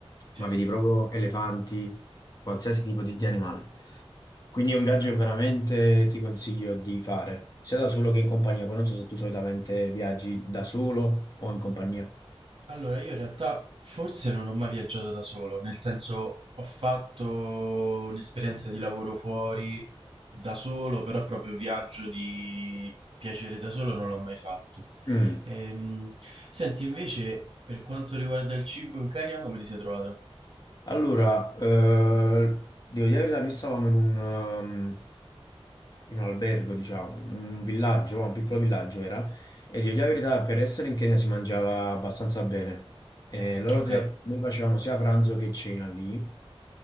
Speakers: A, on the left (about 40°); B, on the right (about 60°).
A: ma
B: Certo.
A: vedi proprio elefanti, qualsiasi tipo di di animale. Quindi è un viaggio che veramente ti consiglio di fare, sia da solo che in compagnia.
B: Ok.
A: Poi non so se tu solitamente viaggi da solo o in compagnia.
B: Allora, io in realtà forse non ho mai viaggiato da solo, nel senso ho fatto un'esperienza di lavoro fuori da solo, però proprio viaggio di piacere da solo non l'ho mai fatto.
A: Mm.
B: Ehm, senti, invece, per quanto riguarda il cibo in Kenya, come ti sei trovato?
A: Allora, eh, devo dire la verità, noi stavamo in un, um, in un albergo, diciamo, un villaggio, un piccolo villaggio era, e devo dire la verità, per essere in Kenya si mangiava abbastanza bene. E loro
B: Ok,
A: ti- da- noi facevamo sia pranzo che cena lì,